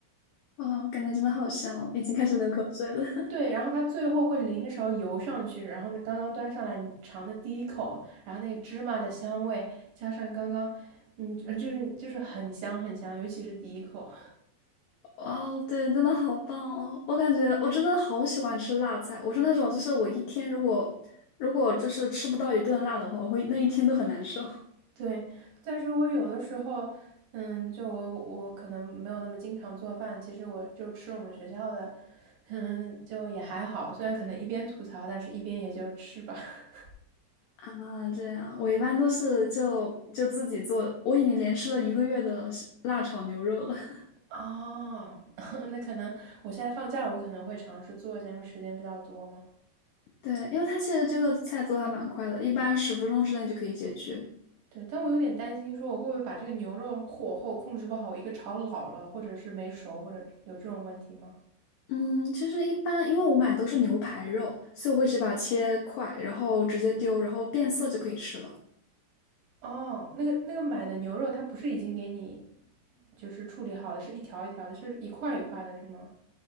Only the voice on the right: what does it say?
对，然后它最后会淋一勺油上去，然后呢，刚刚端上来，你尝的第一口，然后那个芝麻的香味，加上刚刚，嗯，就是就是很香很香，尤其是第一口。
对，但是我有的时候，嗯，就我我我可能没有那么经常做饭，其实我就吃我们学校的，嗯，就也还好，虽然可能一边吐槽，但是一边也就吃吧。<laughs>
哦，<laughs> 那可能我现在放假了，我可能会尝试做一下，因为时间比较多嘛。
对，但我有点担心，说我会不会把这个牛肉火候控制不好，我一个炒老了，或者是没熟，或者有这种问题吗？
哦，那个那个买的牛肉，它不是已经给你就是处理好的，是一条一条的，是一块一块的，是吗？